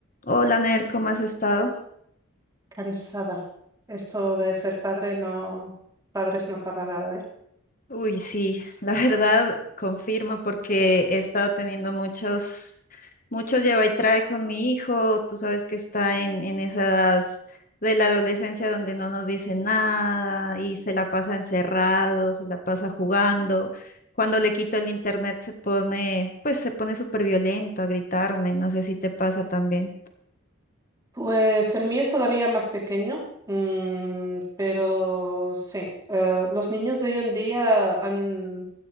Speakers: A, on the left; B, on the right.
A: Hola, Ner, ¿cómo has estado?
B: Cansada. Esto de ser padre no, padres no está pagado, ¿eh?
A: Uy, sí, <laughs> la verdad confirmo porque he estado teniendo muchos, muchos lleva y trae con mi hijo. Tú sabes que está en, en esa edad de la adolescencia donde no nos dice nada y se la pasa encerrado, se la pasa jugando. Cuando le quito el internet se pone, pues se pone súper violento a gritarme. No sé si te pasa también.
B: Pues el mío es todavía más pequeño, mm, pero sí, eh, los niños de hoy en día han,